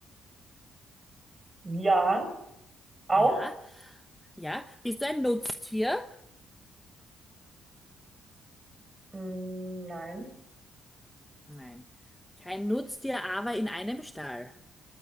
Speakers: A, on the right; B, in the centre.
A: Ja, auch?
B: Ja. Ja, bist du ein Nutztier?
A: Mm, nein.
B: Nein. Kein Nutztier, aber in einem Stall.